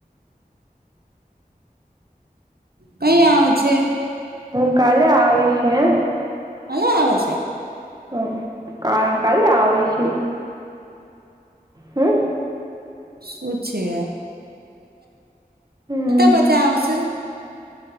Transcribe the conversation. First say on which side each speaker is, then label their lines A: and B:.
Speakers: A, on the right (about 80°); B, on the right (about 25°).
A: કઈ આવે છે?
B: હું કાલે આવીશ હે.
A: કાલે આવે છે?
B: હ કા કાલે આવીશે હમ્મ.
A: શું છે?
B: હમ
A: તા પછા આવશે.